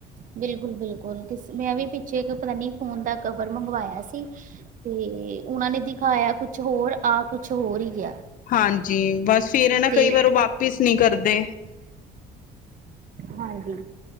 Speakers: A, on the right; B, on the left.
A: ਬਿਲਕੁਲ ਬਿਲਕੁਲ ਤੇ ਮੈਂ ਵੀ ਪਿੱਛੇ ਇੱਕ ਪਤਾ ਨੀ ਫੋਨ ਦਾ ਕਵਰ ਮੰਗਵਾਇਆ ਸੀ ਤੇ ਉਹਨਾਂ ਨੇ ਦਿਖਾਇਆ ਕੁਛ ਹੋਰ ਆਹ ਕੁਛ ਹੋਰ ਹੀ ਗਿਆ
B: ਹਾਂਜੀ ਬਸ ਫੇਿਰ ਹੈ ਨਾ
A: ਤੇ
B: ਕਈ ਵਾਰ ਉਹ ਵਾਪਿਸ ਨਹੀਂੀ ਕਰਦੇ
A: ਹਾਂਜੀ